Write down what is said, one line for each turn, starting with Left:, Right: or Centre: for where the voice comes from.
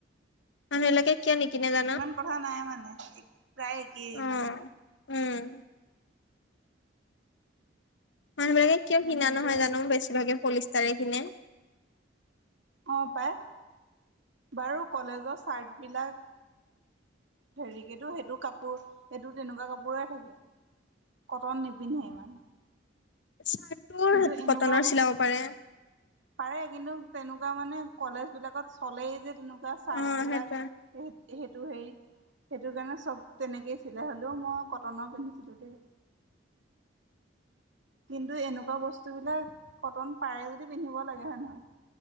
Left: মানুহবিলাকেই কিয় নিকিনে জা
Right: ইমান কথা নাই মানে, প্ৰায় একেই
Left: অ
Right: মানে।
Left: উম! মানুহ বিলাকে কিয় কিনা
Right: মোৰ
Left: নহয়
Right: যে
Left: জানো বেছিভাগে পলিষ্টাৰে কিনে।
Right: অঁ পাই, বাৰু কলেজৰ চাৰ্টবিলাক হেৰিকেতো সেইটো কাপোৰ সেইটো তেনেকুৱা কাপোৰে থাকে। কটন নিপিন্ধে ইমান।
Left: চাৰ্টটোৰ
Right: কিন্তু এনেকুৱা
Left: কটনৰ
Right: বস্তু
Left: চিলাব পাৰে।
Right: পাৰে, কিন্তু তেনেকুৱা মানে কলেজ বিলাকত চলেই যে তেনেকুৱা চাৰ্ট
Left: অ
Right: বিলাক।
Left: সেইটোৱে
Right: সেইটো হেৰি সেইটো কাৰণে চব তেনেকেই চিলাই, হ'লেও মই কটনৰ পিন্ধিছিলোঁ দেই। কিন্তু এনেকুৱা বস্তুবিলাক কটন পাৰে যদি, পিন্ধিব লাগে হয় নহয়?